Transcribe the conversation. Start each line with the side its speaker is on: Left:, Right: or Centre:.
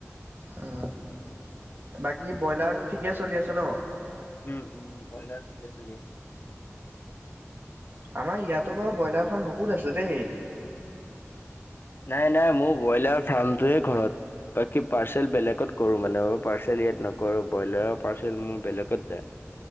Right: অ বাকী ব্ৰইলাৰটো ঠিকে চলি আছে ন?
Left: উম উম ব্ৰইলাৰটো ঠিকে চলি আছে।
Right: আমাৰ ইয়াতো বাৰু ব্ৰইলাৰ ফাৰ্ম বহুত আছে দেই।
Left: নাই নাই মোৰ ব্ৰইলাৰ ফাৰ্মটোৱে ঘৰত। বাকী পাৰ্চেল বেলেগত কৰো মানে মোৰ পাৰ্চেল ইয়াত নকৰো ব্ৰইলাৰৰ পাৰ্চেল মোৰ বেলেগত যায়।